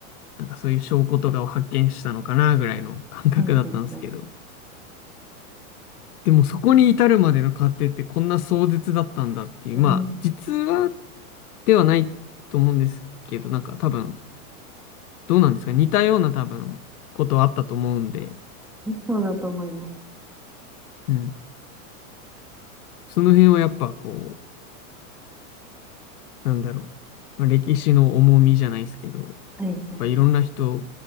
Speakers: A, on the left (about 80°); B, in the centre.
A: なんかそういう証拠とかを発見したのかな、ぐらいの感覚だったんですけど。
B: はい、はい、はい。
A: でもそこに至るまでの過程ってこんな壮絶だったんだっていう、
B: うん、
A: まあ、実話ではないと思うんですけど、なんか多分、どうなんですか似たような多分、ことはあったと思うんで、
B: そうだと思います。
A: うん。その辺はやっぱこう、なんだろう。まあ歴史の重みじゃないですけど、や
B: はい、はい、
A: っぱいろんな人
B: はい。